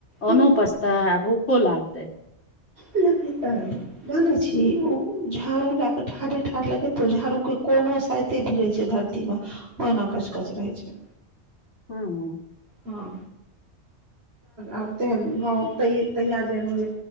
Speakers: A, on the right; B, on the left.
A: हेगे
B: अन्नो पचतै आ भूखो लागतै।
A: लगता है। जाने छी ओ झाड़ू लए क ठाढ़े ठाढ़ लगेतो झाड़ू के कोनो साइ। कते भिड़ै छै धरतीमे ओहिना कचकच रहै छैय।
B: हँ।
A: हँ आब तेन गव तहिया जेहन हो।